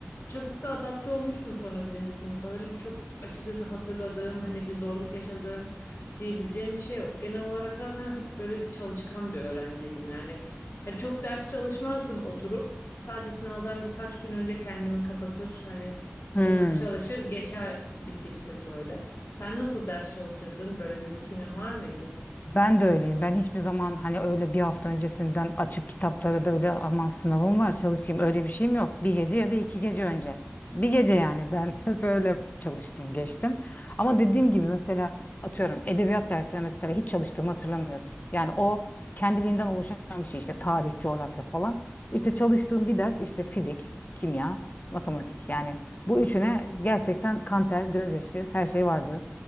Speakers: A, on the left; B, on the left.
A: Çabuk da adapte olmuştum sonra birinci sınıfa. Öyle çok açıkçası hatırladığım hani bir zorluk yaşadığım diyebileceğim bir şey yok. Genel olarak zaten hep böyle bir çalışkan bir öğrenciydim. Yani, yani çok ders çalışmazdım oturup. Sadece sınavdan birkaç gün önce kendimi kapatır hani
B: Hı.
A: onu çalışır geçer bir tiptim böyle. Sen nasıl ders çalışırdın? Böyle bir rutinin var mıydı?
B: Ben de öyleyim. Ben hiçbir zaman hani öyle bir hafta öncesinden açıp kitaplara da öyle aman sınavım var çalışayım öyle bir şeyim yok. Bir gece ya da iki gece önce. Bir gece yani ben <laughs> hep öyle çalıştım geçtim. Ama dediğim gibi mesela atıyorum edebiyat dersine mesela hiç çalıştığımı hatırlamıyorum. Yani o kendiliğinden oluşan bir şey işte tarih, coğrafya falan. İşte çalıştığım bir ders işte fizik, kimya, matematik. Yani bu üçüne gerçekten kan ter, gözyaşı her şey vardı